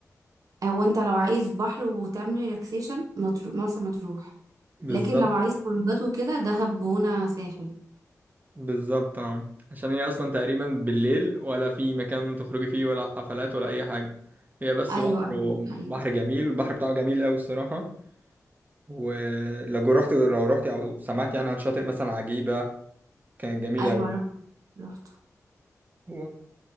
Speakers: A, on the right; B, on the right.
A: هو انت لو عايز بحر وتعمل ريلاكسيشن مطر- مرسى مطروح
B: بالظبط
A: لكن لو عايز خروجات وكده دهب جونه ساحل
B: بالظبط اه عشان هي اصلا تقريبا بالليل ولا في مكان تخرجي فيه ولا حفلات ولا اي حاجه هي بس
A: ايوه
B: بحر
A: ايوه
B: بحر
A: حقيقة.
B: جميل البحر بتاعه جميل قوي الصراحه ولو رحت لو رحت او سمعت يعني عن شاطئ مثلا عجيبه كانت جميلة
A: ايوه
B: أوي
A: رحت رحت
B: و...